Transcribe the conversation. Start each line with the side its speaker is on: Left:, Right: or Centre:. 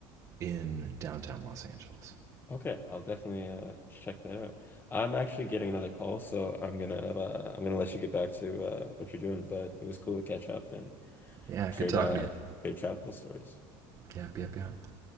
Right: in downtown Los Angeles.
Left: Okay, I'll definitely uh check that out. I'm actually getting another call, so I'm gonna uh, I'm gonna let you get back to uh what you're doing, but it was cool to catch up and
Right: Yeah,
Left: trade
Right: good talking
Left: uh
Right: to you.
Left: trade travel stories.
Right: Yep, yep, yep.